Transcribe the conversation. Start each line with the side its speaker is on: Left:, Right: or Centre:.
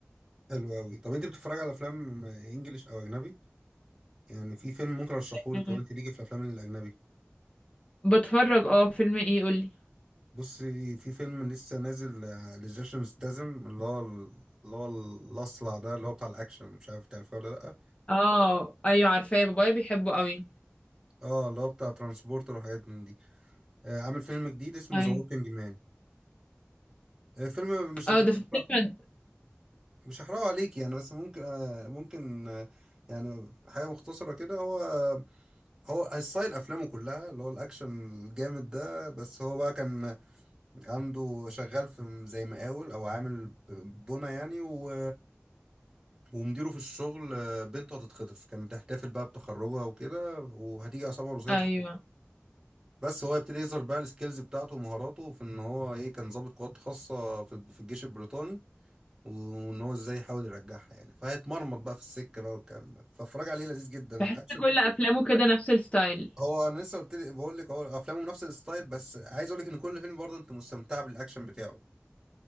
Right: حلو قوي طب انت بتتفرج على افلام انجليش او اجنبي يعني في فيلم ممكن ارشحهولك
Left: مم.
Right: لو انت ليكي في الافلام الاجنبي
Left: بتفرج اه فيلم ايه قولي
Right: بصي في فيلم لسه نازل آه، لجيسون ستاثام اللي هو اللي هو الاصلع ده اللي هو بتاع الاكشن مش عارف تعرفه ولا لا
Left: اه ايوه عارفاه بابايا بيحبه قوي
Right: اه اللي هو بتاع ترانسبورتر وحاجات من دي آه، عامل فيلم جديد اسمه
Left: اي
Right: ذا ووكينج مان فيلم مش
Left: اه
Right: مش
Left: ده في
Right: هحرق-
Left: السينما
Right: مش هحرقه عليكي يعني بس ممكن آه، ممكن آه، يعني حاجة مختصرة كده هو هو ستايل أفلامه كلها اللي هو الأكشن الجامد ده بس هو بقى كان عنده شغال في زي مقاول او عامل بنا يعني و... ومديره في الشغل بنته هتتخطف كانت بتحتفل بقى بتخرجها وكده وهتيجي عصابه روسيه
Left: ايوه
Right: تخطفها بس هو يبتدي يظهر بقى السكيلز بتاعته ومهاراته في ان هو ايه كان ضابط قوات خاصه في في الجيش البريطاني وان هو ازاي يحاول يرجعها يعني فهيتمرمط بقى في السكه بقى والكلام ده فاتفرج عليه لذيذ جدا
Left: بحس
Right: الاكشن
Left: كل افلامه كده نفس الستايل
Right: هو انا لسه قلت لي بقول لك هو افلامه نفس الستايل بس عايز اقول لك ان كل فيلم برضه انت مستمتع بالاكشن بتاعه